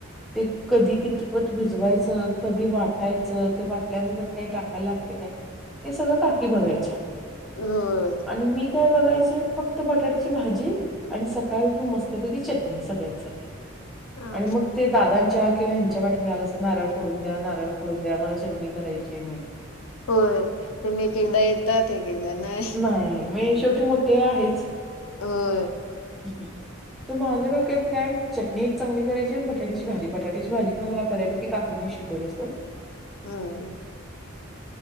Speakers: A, in the centre; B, on the left.
A: ते कधी कितपत भिजवायचं, कधी वाटायचं ते वाटल्यानंतर काही टाकायला लागते काय? हे सगळं काकी बघायच्या
B: होय
A: आणि मी काय बघायचे? फक्त बटाट्याची भाजी आणि सकाळी उठून मस्तपैकी चटणी, सगळ्यांसाठी
B: हा
A: आणि मग ते दादांच्या किंवा ह्यांच्या पाठीमाग लागायचं नारळ फोडून द्या, नारळ फोडून द्या मला चटणी करायची म्हणून.
B: होय त्यांनी एक एकदा येतात एक एकदा नाही.
A: नाहीे मग हे शेवटी मो ते आहेच.
B: होंय्
A: हम.. <inaudible> तर माझ्या डोक्यातं काय् चटणी एक चांगली करायची, आणि बटाटेची भाजी -बटाट्याची भाजी पण मला बऱ्यापैकी लागकी नाही शिकं पोलेसलं.
B: होंम्.